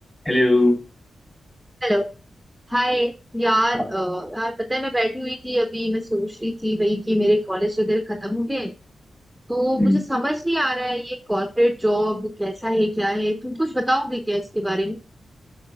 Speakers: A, on the left; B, in the centre.
A: हेलो
B: Hello Hi यार
A: हाँ
B: अ, यार पता है मैं बैठी हुई थी अभी मैं सोच रही थी वही कि मेरे कॉलेज वगैरह खत्म हो गए तो
A: हम्म,
B: मुझे समझ नहीं आ रहा है ये कॉर्पोरेट जॉब कैसा है क्या है तुम कुछ बताओगे क्या इसके बारे में